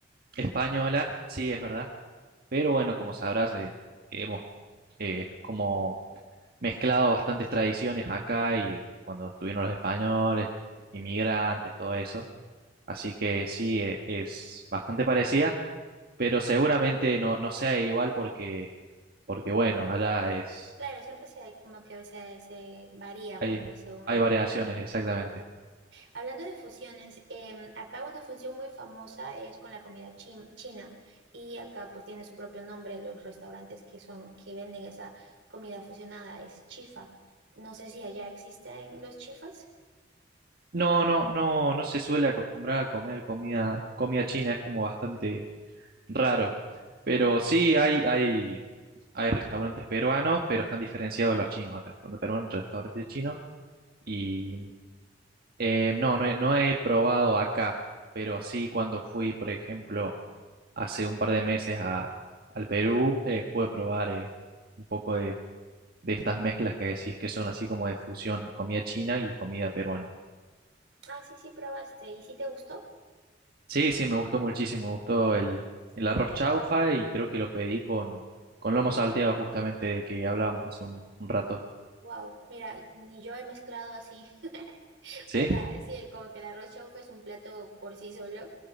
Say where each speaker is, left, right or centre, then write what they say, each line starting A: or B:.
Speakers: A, on the right (about 55°); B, on the right (about 80°).
A: española, sí, es verdad, pero bueno, como sabrás, eh, hemos eh, como mezclado bastantes tradiciones acá y cuando estuvieron los españoles, inmigrantes,
B: Ujú.
A: todo eso. Así que sí, eh, es bastante parecida, pero seguramente no, no sea igual porque porque bueno, allá es,
B: Claro, siempre se, como que se, se varía,
A: hay,
B: pues, no, según
A: hay
B: la
A: variaciones,
B: región.
A: exactamente.
B: Hablando de fusiones, em, acá una fusión muy famosa es con la comida chin- china y acá pues tiene su propio nombre los restaurantes que son que venden esa comida fusionada, es chifa. No sé si allá existen los chifas.
A: No, no, no, no se suele acostumbrar a comer comida, comida china, es como bastante raro. Pero
B: Mm.
A: sí hay, hay, hay restaurantes peruanos, pero están diferenciados los chinos, restaurantes peruanos, restaurantes chinos. Y eh, no, no he, no he probado acá, pero sí cuando fui, por ejemplo, hace un par de meses a, al Perú, eh, pude probar eh, un poco de de estas mezclas que decís que son así como de fusión, comida china y comida peruana.
B: Ah, sí, sí, probaste y si te gustó.
A: Sí, sí, me gustó muchísimo, me gustó el, el arroz chaufa y creo que lo pedí con, con lomo salteado justamente de que hablábamos hace un, un rato.
B: Wow, mira, ni yo he mezclado así. <laughs>
A: Sí,
B: O sea, sí, como que el arroz chaufa es un plato por sí solo